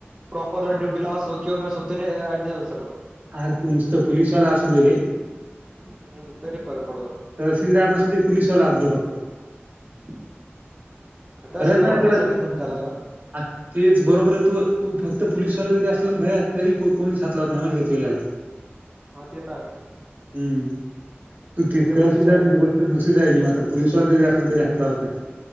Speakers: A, on the right (about 20°); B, on the right (about 45°).
A: प्रॉपर ड्युट ला तोकी स्वत आच स
B: आर तू नुसतं पोललीस वाला असू दे रे
A: सगळं तरी फरक पडतो
B: तहसीलदार ना सुध पोलिसवाला असते फक्त
A: <inaudible> तहसीलदार
B: फरक नाही
A: म्हटलं
B: पडत
A: सगळेच धंदे चालते ना
B: अखखेच बरोबर आहे तू तू फक्त पोललीसवाला जरी असल ना भया तरी कोणीच हातला होत नाही माे का तू यायला
A: हा ते तर आहे
B: हम्म
A: त्याच्यामुळे
B: त तहसीलदारची
A: विचार आहे
B: तर गोष्ट दुसरी राहिली मात्र पोलीसला जरी असलरी ह क होत नाही